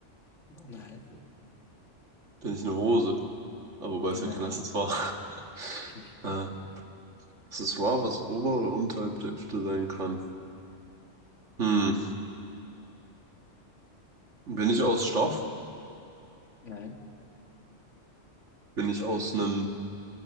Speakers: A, on the left; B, on the right.
A: Nein.
B: Bin ich eine Hose? Aber wobei
A: Nein.
B: ist ja kein Accessoire. <laughs>
A: <laughs>
B: Äh, Accessoire, was ober- oder unterhalb der Hüfte sein kann. Hm. Bin ich aus Stoff?
A: Nein.
B: Bin ich aus einem